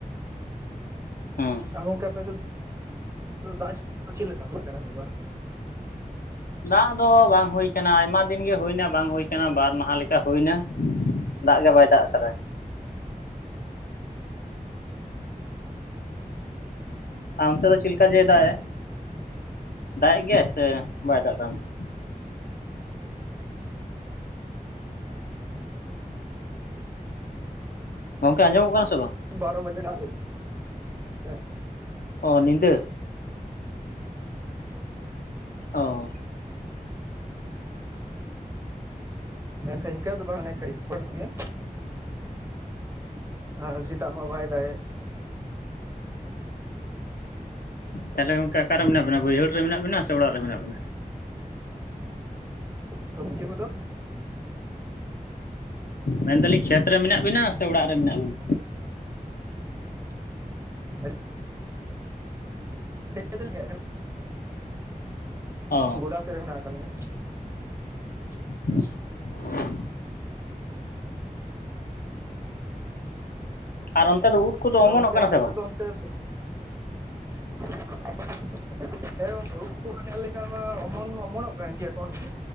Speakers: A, on the left; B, on the right.
A: ᱦᱮᱸ
B: ᱟᱨ ᱜᱚᱝᱠᱮ ᱟᱯᱮᱥᱮᱫ <inaudible> ᱫᱟᱜ <inaudible> ᱠᱚ ᱪᱮᱫ ᱞᱮᱠᱟ ᱦᱩᱭᱩᱜ ᱠᱟᱱᱟ ᱥᱮ ᱵᱟᱝ?
A: ᱫᱟᱜ ᱫᱚ ᱵᱟᱝ ᱦᱩᱭ ᱠᱟᱱᱟ ᱟᱭᱢᱟ ᱫᱤᱱ ᱜᱮ ᱦᱩᱭᱱᱟ ᱵᱟᱝ ᱦᱩᱭ ᱠᱟᱱᱟ ᱵᱟᱨ ᱢᱟᱦᱟ ᱞᱮᱠᱟ ᱦᱩᱭᱱᱟ᱾ ᱫᱟᱜ ᱜᱮ ᱵᱟᱭ ᱫᱟᱜ ᱠᱟᱫᱟ᱾ ᱟᱨ ᱚᱱᱛᱮ ᱫᱚ ᱪᱮᱫ ᱞᱮᱠᱟ ᱡᱮ ᱫᱟᱜ ᱮ, ᱫᱟᱜ ᱮ ᱜᱮᱭᱟᱭ ᱥᱮ ᱵᱟᱭ ᱫᱟᱜ ᱮᱫᱟ ᱚᱱᱛᱮ? ᱜᱚᱝᱠᱮ ᱟᱸᱡᱚᱢᱚᱜ ᱠᱟᱱᱟ ᱥᱮ ᱵᱟᱝ?
B: ᱵᱟᱨᱚ ᱵᱟᱡᱮ ᱫᱟᱜ ᱞᱮᱫ ᱛᱟᱦᱮᱸᱫ,
A: ᱚ ᱱᱤᱫᱟᱹ? ᱚ
B: ᱢᱮᱱᱠᱷᱟᱱ ᱤᱱᱠᱟᱹ ᱫᱚ ᱵᱟᱝᱼᱟᱱᱟ ᱠᱟᱹᱴᱤᱡ ᱯᱷᱚᱞ ᱧᱚᱜ ᱜᱮᱭᱟ᱾ ᱟᱸᱭ ᱥᱮᱛᱟᱜ ᱢᱟ ᱵᱟᱭ ᱫᱟᱜ ᱭᱮᱠ᱾
A: ᱛᱟᱦᱚᱞᱮ ᱜᱚᱝᱠᱮ ᱚᱠᱟᱨᱮ ᱢᱮᱱᱟᱜ ᱵᱤᱱᱟ ᱵᱟᱹᱭᱦᱟᱹᱲ ᱨᱮ ᱢᱮᱱᱟᱜ ᱵᱤᱱᱟ ᱥᱮ ᱚᱲᱟᱜ ᱨᱮ ᱢᱮᱱᱟᱜ ᱵᱤᱱᱟ?
B: ᱥᱚᱵᱡᱤ ᱠᱚᱫᱚ
A: ᱢᱮᱱᱫᱟᱞᱤᱧ ᱠᱷᱮᱛ ᱨᱮ ᱢᱮᱱᱟᱜ ᱵᱤᱱᱟ ᱥᱮ ᱚᱲᱟᱜ ᱨᱮ ᱢᱮᱱᱟᱜ ᱵᱤᱱᱟ?
B: <unintelligible> <unintelligible> ᱪᱮᱫ ᱞᱮᱠᱟᱜᱼᱟ ᱠᱟᱱᱟ?
A: ᱚ
B: ᱜᱚᱰᱟ ᱥᱮᱫ ᱨᱮ ᱢᱮᱱᱟᱜ ᱟᱠᱟᱜ ᱞᱤᱧᱟ᱾
A: <inaudible> ᱟᱨ ᱚᱱᱛᱮ ᱫᱚ ᱩᱴ ᱠᱚᱫᱚ
B: ᱛᱚ
A: ᱚᱢᱚᱱᱚᱜ
B: ᱜᱚᱝᱠᱮ
A: ᱠᱟᱱᱟ
B: ᱟᱯᱮ
A: ᱥᱮ ᱵᱟᱝ?
B: ᱥᱮᱫ ᱫᱚ ᱚᱱᱛᱮ ᱜᱮ ᱪᱟᱞᱟᱣ ᱦᱩᱭᱩᱜᱼᱟ ᱾ <unintelligible> ᱦᱮᱸ ᱜᱚᱝᱠᱮ ᱩᱫ ᱠᱚ ᱢᱟ ᱧᱮᱞ ᱞᱮᱠᱟᱱᱟ ᱚᱢᱚᱱ ᱢᱟ ᱚᱢᱚᱱᱚᱜ ᱠᱟᱱ ᱜᱮᱭᱟ ᱠᱚᱱᱠᱤ